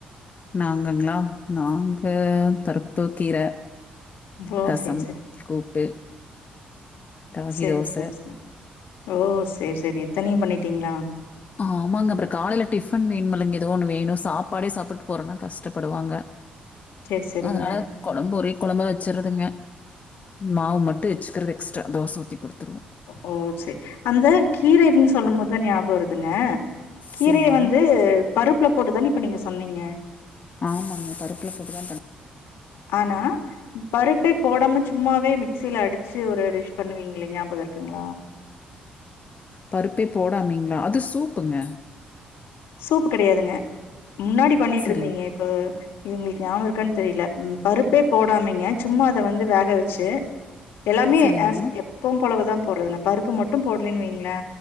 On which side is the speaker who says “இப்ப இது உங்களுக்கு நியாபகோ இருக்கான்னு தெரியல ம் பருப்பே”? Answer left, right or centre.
Left